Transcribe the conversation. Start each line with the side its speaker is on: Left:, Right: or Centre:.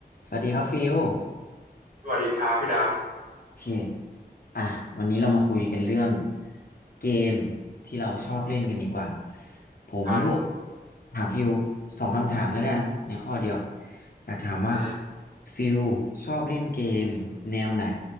Left: สวัสดีครับฟิล
Right: สวัสดีครับพี่ด
Left: โอเคอ่ะวันนี้เรามาคุยกันเรื่องเกมที่เราชอบเล่นกันดีกว่า
Right: ำครับผม
Left: ผมถามฟิลสองคำถามแล้วกันในข้อเดียวอยากถามว่า
Right: อืม
Left: ฟิลชอบเล่นเกมแนวไหน